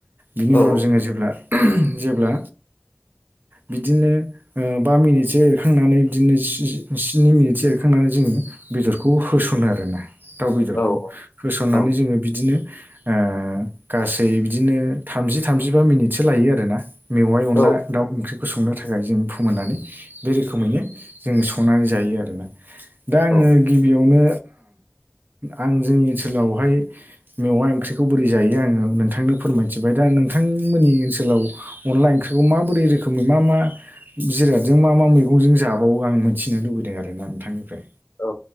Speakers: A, on the right (about 50°); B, on the left (about 55°).
A: बिनि
B: औ
A: उनाव जोङो जेब्ला जेब्ला
B: <inaudible>
A: बिदिनो ओ बा मिनिटसो एरखांनानै बिदिनो स्नि मिनिटसो एरखांनानै जोङो बेदरखौ होसनो आरोना दाउ बेदरखौ
B: औ औ औ
A: होसननानै
B: औ
A: जोङो बिदिनो ओ गासै बिदिनो थामजि थामजिबा मिनिटसो लायो आरोना मेवाइ अनला
B: नोंथां औ
A: दाउ ओंख्रिखौ संनो थाखाय जों फोमोननानै बे रोखोमैनो जोङो संनानै जायो आरोना। दा आङो
B: औ
A: गिबियावनो आं जोंनि ओनसोलावहाय मेवा ओंख्रिखौ बोरै जायो आङो नोंथांनो फोरमायथिबाय दा नोंथांमोननि ओनसोलाव अनला ओंख्रिखौ मा बोरै रोखोम नि मा मा जिरादजों मा मा मैगंजों जाबावो आं मिथिनो लुबैदों आरो ना नोंथांनिफ्राय
B: औ